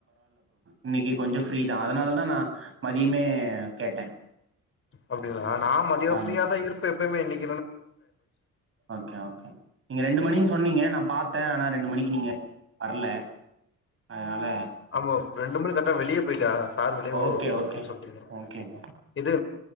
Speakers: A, on the right (about 45°); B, on the left (about 45°).
A: இன்னைக்கி கொஞ்ஜொ ஃப்ரீ தா அதனாலதா நா மதியமே
B: ம்
A: கேட்டே
B: அப்படிங்களா நான் மதியம்
A: ஆமா
B: ஃப்ரீயா தான் இருப்பேன் எப்பயுமே இன்னைக்
A: ஓகே ஓகே நீங்க ரெண்டு மணி சொன்னீங்க நான் பாத்தேன் ஆனா ரெண்டு மணிக்கு நீங்க வரல அதனால
B: ஆமாவ் ரெண்டு மணிக்கு கரெக்ட்டா வெளியே போயிட்டன் சார்விலொ
A: ஓகே
B: ஒர்க்
A: ஓகே
B: சொல்டு
A: ஓகே ப்ரோ
B: இது